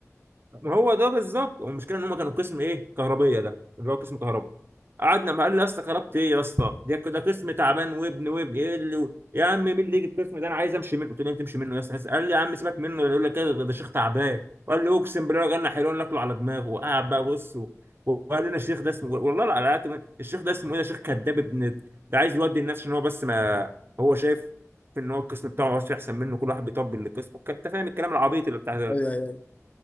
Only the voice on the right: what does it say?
ما هو ده بالظبط والمشكله ان هم كانوا قسم ايه كهربيه ده اللي هو قسم كهرباء قعدنا ما قال لي يا اسطى كهربت ايه يا اسطى ده ده قسم تعبان وابن وابن ايه اللي يا عم مين اللي يجي القسم ده انا عايز امشي منه قلت له تمشي منه يا اسطى قال لي يا عم سيبك منه يقول لك كده ده ده شيخ تعبان وقال لي اقسم بالله لو جالنا حلوان ناكله على دماغه وقعد بقى بص و- وقال لنا الشيخ ده اسمه والله لا لا لا، الشيخ ده اسمه ايه ده شيخ كذاب ابن ده عايز يودي الناس عشان هو بس ما هو شايف ان هو القسم بتاعه هو احسن منه كل واحد بيطبل للقسم انت فاهم الكلام العبيط اللي بتاع